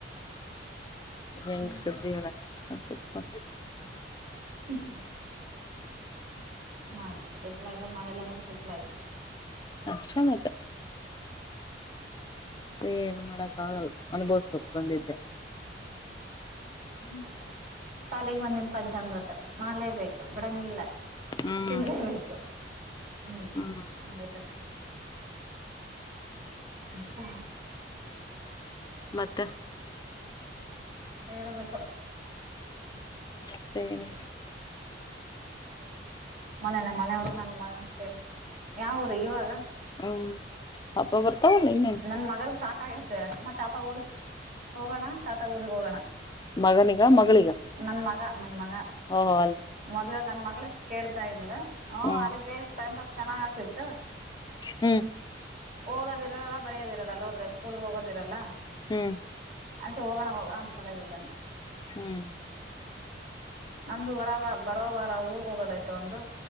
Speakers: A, on the left; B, on the right.
A: ಯಂಗ್
B: ಮತ್ತೆ
A: ಸಂಜೀವನ <unintelligible>
B: ಹ್ಮ ಹ್ಮ ಮಾಡಿ ತಿಪ್ಪ ಐತೆ ಮಾಡಿಲ್ಲ ಅಂದ್ರೆ ತಿಪ್ಪ ಐತೆ.
A: ಅಷ್ಟ ಮತ್ತೆ. ಏನು ಮಾಡಕ್ಕ ಆಗಲ್ಲ ಅನ್ಬೋಸ್ಬೇಕು ಬಂದಿದ್ದೆ.
B: ಹ್ಮ ಪಾಲಿಗೆ ಬಂದಿನ ಪಂಚಾಮೃತ ಮಳೆ. ಬೇಕು ಬಿಡಂಗಿಲ್ಲ
A: ಹ್ಮ್
B: ತಿನ್ನಲೇಬೇಕು ಹೂ
A: ಹ್ಮ್
B: ಹಂಗದೆ. ಹಂತ.
A: ಮತ್ತೆ.
B: ಹೇಳ್ಬೇಕು.
A: ಮತ್ತೆ ಏನು
B: ಮನ ನ ಮನೆಯವರು ನನ್ ಮಗ ಕೇಳ ಯಾವರು ಇವಾಗ?
A: ಹ್ಮ್ ಹಬ್ಬ ಬರ್ತಾಲ್ಲನ್ನ
B: ನನ್ ಮಗರ್ಗ್ ಸಾಕಾಗತ್ತೆ ಅಮ್ಮ ತಾತ ಊರ್ ಹೋಗೋಣ ತಾತ ಊರಿಗ್ ಹೋಗೋಣ.
A: ಮಗನಿಗ ಮಗಳಿಗ?
B: ನನ್ ಮಗ ನನ್ ಮಗ.
A: ಓ ಹೊ.
B: ಮೊದ್ಲ ನನ್ ಮಗಳ ಕೇಳ್ತಾ ಇರ್ಲು ಹ
A: ಹ್ಮ್
B: ಅದ ಬ ಟೈಮ್ ಪಾಸ್ ಚೆಾಗ್ ಆಗ್ತಿತ್ತು.
A: ಹ್ಮ್
B: ಓದೋದಿರಲ್ಲ ಬರಿಯದಿರಲ್ಲ ಹೋದ್ರೆ ಸ್ಕೂಲ್ ಹೋಗೋದಿರಲ್ಲ.
A: ಹ್ಮ್
B: ಅದಕ ಹೋಗೋಣ ಹೋಗೋಣ ಅಂತ ಕಲ ಬಿದ್ದಾನೆ
A: ಹ್ಮ್
B: ನಮ್ದು ವರವ ಬರೋ ವಾರ ಊರ್ಗ್ ಹೋಗೋದಯ್ತ ಒಂದು